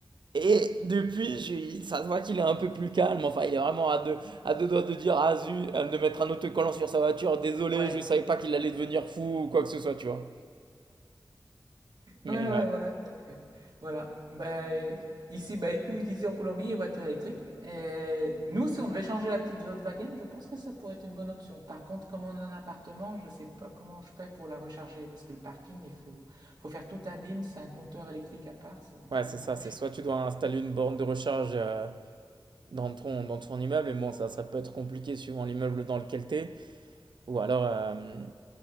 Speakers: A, on the right; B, on the right.
A: Et depuis, je- ça se voit qu'il est un peu plus calme. Enfin, il est vraiment à deux, à deux doigts de dire, ah zut, euh, de mettre un autocollant sur sa voiture. Désolé,
B: Ouais.
A: je savais pas qu'il allait devenir fou ou quoi que ce soit, tu vois. Mais
B: Ouais, ouais,
A: ouais,
B: ouais. donc, euh, voilà. Ben, ici, bah écoute, ici en Colombie, les voitures électriques. Et nous, si on devait changer la petite Volkswagen, je pense que ça pourrait être une bonne option. Par contre, comme on est en appartement, je ne sais pas comment je ferais pour la recharger, parce que le parking, il faut, faut faire tout un BIMS, un compteur électrique à part, ça,
A: ouais,
B: ça va
A: c'est
B: être
A: ça.
B: un peu
A: C'est
B: chiant.
A: soit tu dois installer une borne de recharge euh, dans ton, dans ton immeuble, et bon, ça, ça peut être compliqué suivant l'immeuble dans lequel tu Ou alors, euh,